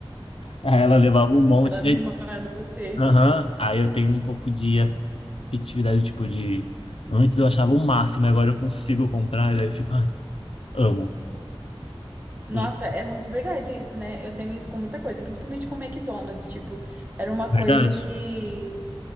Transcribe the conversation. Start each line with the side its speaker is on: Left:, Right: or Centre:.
Left: aí ela levava um monte.
Right: Ela me
Left: Aí,
Right: manda vocês.
Left: aham. Aí eu tenho um pouco de afetividade, tipo de. Antes eu achava o máximo, agora eu consigo comprar, e daí eu fico, ai, amo.
Right: Nossa,
Left: Hoje-
Right: é muito verdade isso, né? Eu tenho isso com muita coisa, principalmente com o McDonald's, tipo, era uma
Left: é
Right: coisa
Left: Verdade?
Right: que